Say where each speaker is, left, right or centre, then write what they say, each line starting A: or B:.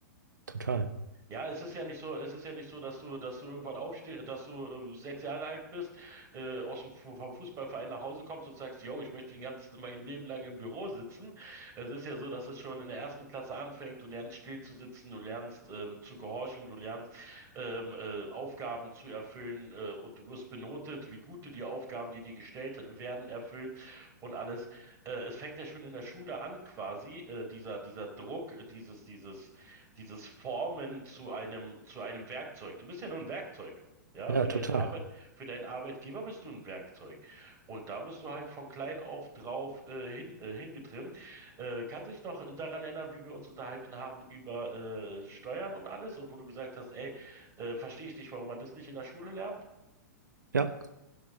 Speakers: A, on the right; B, on the right.
A: Total.
B: Ja, es ist ja nicht so, es ist ja nicht so, dass du, dass du irgendwann aufstehst, dass du äh, sechs Jahre alt bist, äh, aus dem, Fu- vom Fußballverein nach Hause kommst und sagst, yo, ich möchte den ganzen, <laughs> mein Leben lang im Büro sitzen. Es ist ja so, dass es schon in der ersten Klasse anfängt. Du lernst still zu sitzen, du lernst ähm, zu gehorchen, du lernst ähm, äh, Aufgaben zu erfüllen äh, und du wirst benotet, wie gut du die Aufgaben, die dir gestellt werden, erfüllt und alles. Äh, es fängt ja schon in der Schule an, quasi, äh, dieser, dieser Druck, dieses, dieses dieses Formen zu einem, zu einem Werkzeug. Du bist ja nur ein Werkzeug. Ja,
A: Ja,
B: für
A: total.
B: deinen Arbeit, für deinen Arbeitgeber bist du ein Werkzeug. Und da bist du halt von klein auf drauf äh, hin, äh, hingetrimmt. Äh, kannst dich noch daran erinnern, wie wir uns unterhalten haben über äh, Steuern und alles und wo du gesagt hast, ey, äh, verstehe ich nicht, warum man das nicht in der Schule lernt?
A: Ja.